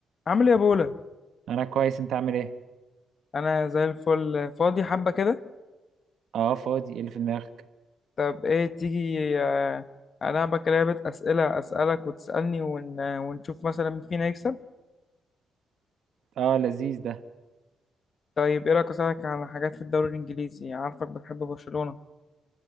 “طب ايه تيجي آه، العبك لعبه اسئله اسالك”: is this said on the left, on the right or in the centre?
Left